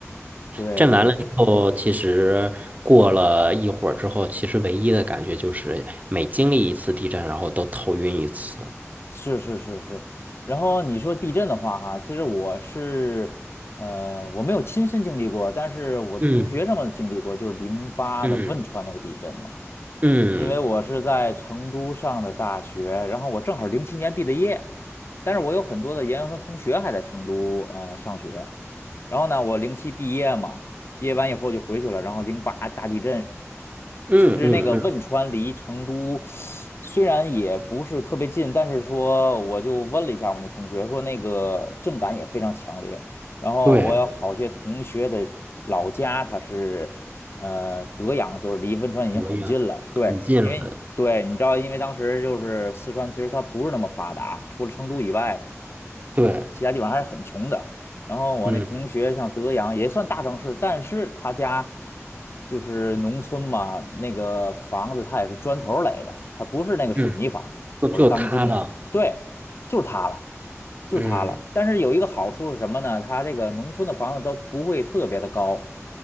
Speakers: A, on the left; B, on the right.
A: 对对对，
B: 震完了之后，其实过了一会儿之后，其实唯一的感觉就是每经历一次地震，然后都头晕一次。
A: 是是是是。然后你说地震的话，哈，其实我是，呃，我没有亲身经历过，但是我的同学什么的经历过，
B: 嗯
A: 就是零八的汶川那个地震嘛。
B: 嗯嗯
A: 因为我是在成都上的大学，然后我正好零七年毕的业，但是我有很多的研究生同学还在成都呃上学。然后呢，我零七毕业嘛，毕业完以后就回去了。然后零八大地震，
B: 嗯嗯嗯，
A: 其实那个汶川离成都虽然也不是特别近，但是说我就问了一下我那同学，说那个震感也非常强烈。然后我有好些同学的老家，
B: 对，
A: 他是呃德阳，就是离汶川已经很近了。
B: 怎么样？
A: 对，
B: 很近了。
A: 因为对你知道，因为当时就是四川，其实它不是那么发达，除了成都以外。
B: 对，
A: 其他地方还是很穷的。然后我那同学像德阳也算大城市，
B: 嗯
A: 但是他家就是农村嘛，那个房子他也是砖头儿垒的，他不是那个水泥房或者钢筋那种。
B: 嗯，就就他了，
A: 对，就是塌了，就是塌了。
B: 嗯
A: 但是有一个好处是什么呢？他这个农村的房子都不会特别的高，